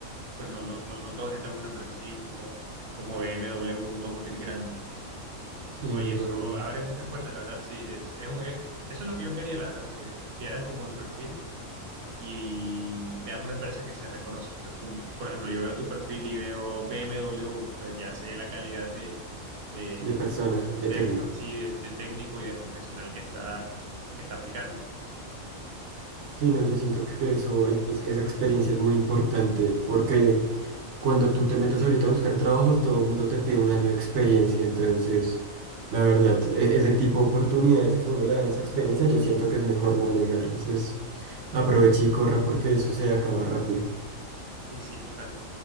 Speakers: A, on the right (about 85°); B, on the right (about 60°).
A: pues no, no, no, no todos entran a una empresa así como, como BMW, un automotriz grande.
B: Sí,
A: Oye,
B: no,
A: eso
B: la verdad.
A: abre muchas puertas, la verdad, sí. Es, es, un- es- eso es lo que yo quería, la verdad, que vieran como el perfil y vean una empresa que se reconoce. Entonces, como, por ejemplo, yo veo tu perfil y veo BMW, pues ya sé la calidad de, de,
B: De persona, de
A: de-
B: técnico.
A: sí, de, de técnico y de profesional que está, que está aplicando.
B: Sí, no, yo siento que eso es, esa experiencia es muy importante porque. cuando tú te metes ahorita a buscar trabajos, todo el mundo te pide un año de experiencia. Entonces, la verdad, e- ese tipo de oportunidades que a uno le dan esa experiencia, yo siento que es mejor no negarlos. Es aproveche y corra porque eso se acaba rápido.
A: Sí, sí, total.